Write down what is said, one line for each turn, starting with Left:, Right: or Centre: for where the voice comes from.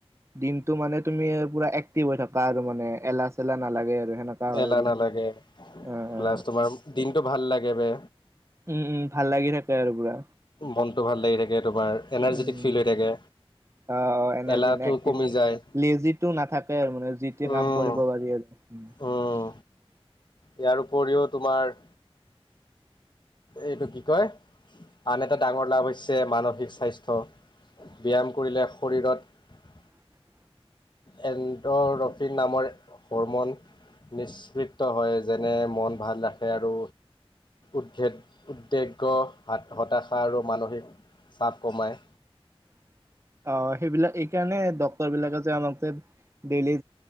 Right: দিনটো মানে তুমি পুৰা এক হৈ থকা আৰু মানে এলাহ চেলা নালাগে আৰু। সেনেকা হয়
Left: এলাহ
Right: আৰু
Left: নালাগে
Right: অ অ
Left: প্লাছ তোমাৰ দিনটো ভাল লাগে বে।
Right: উম', উম', ভাল লাগি থাকে আৰু পুৰা।
Left: মনটো ভাল লাগি থাকে তোমাৰ এনাৰ্জেটিক
Right: উম উম
Left: ফিল হৈ থাকে।
Right: অ', অ', এনাৰজি
Left: এলাহটো
Right: হয় এক্টিভ
Left: কমি যায়
Right: লেজিটো নাথাকে আৰু মানে যিতি
Left: উম
Right: কাম কৰিব পাৰি আৰু।
Left: উম ইয়াৰ উপৰিও তোমাৰ এইটো কি কয়, আন এটা ডাঙৰ লাভ হৈছে মানসিক স্বাস্থ্য। ব্যায়াম কৰিলে শৰীৰত
Right: <inaudible>
Left: এডৰফ নামৰ হৰমন নিষ্পক্ত হয়, যেনে মন ভাল ৰাখে আৰু উদ্ভেদ, উদ্বেগ্য, হতাশা আৰু মানসিক চাবকমাই।
Right: <inaudible> অ' সেইবিলাক এইকাৰণে ডক্টৰ বিলাকে যে ডেইলী